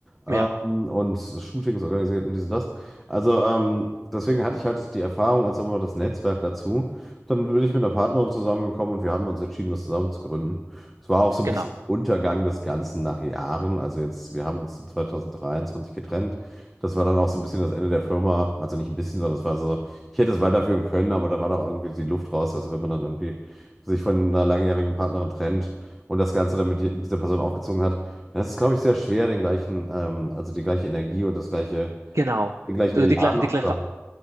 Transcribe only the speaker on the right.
Ja.
Genau,
genau.
Also
die gleiche,
die gleiche,